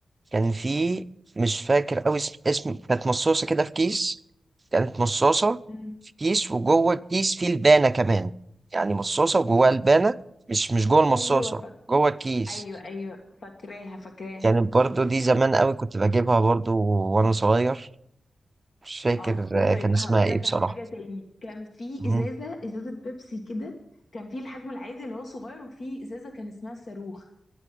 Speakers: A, on the right (about 30°); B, on the left (about 65°).
A: كان في مش فاكر قوي اسم اسم- كانت مصاصة كده في كيس كانت مصاصة
B: مم.
A: في كيس وجوه الكيس فيه لبانة كمان يعني مصاصة وجواها لبانة مش مش جوه المصاصة
B: ايوه فك...
A: جوه الكيس
B: ايوه ايوه فاكراها فاكراها
A: كانت برضو دي زمان قوي كنت بجيبها برضو وانا صغير مش فاكر
B: اه وطيب
A: آه، كان اسمها
B: هقول
A: ايه
B: لك
A: بصراحة
B: على حاجه تاني كان في
A: مهم.
B: ازازه ازازه بيبسي كده كان في الحجم العادي اللي هو صغير وفي ازازه كان اسمها صاروخ